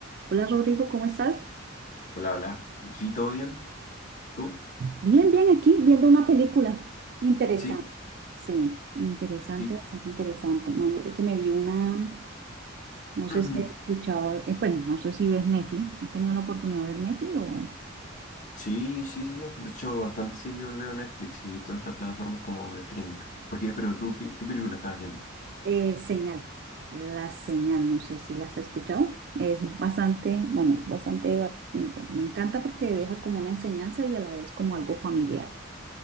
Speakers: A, on the right; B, on the left.
A: Hola Rodrigo, ¿cómo estás?
B: Hola, hola. ¿Aquí todo bien? ¿Tú?
A: Bien, bien, aquí viendo una película interesante.
B: Sí,
A: Sí, interesante,
B: sí.
A: bastante interesante. Imagínate que me vi una, no sé
B: <clears throat>
A: si has escuchado, eh, bueno, no sé si ves Netflix. ¿Has tenido la oportunidad de ver Netflix o...?
B: Sí, sí, sí. sí. De hecho, bastante seguido veo Netflix y todas estas plataformas como de streaming. ¿Por qué? Pero tú, ¿qué, qué película estás viendo?
A: Eh, Señal, la señal, no sé si la has escuchado. Es bastante, bueno, es bastante, va- me encanta porque deja como una enseñanza y a la vez como algo familiar.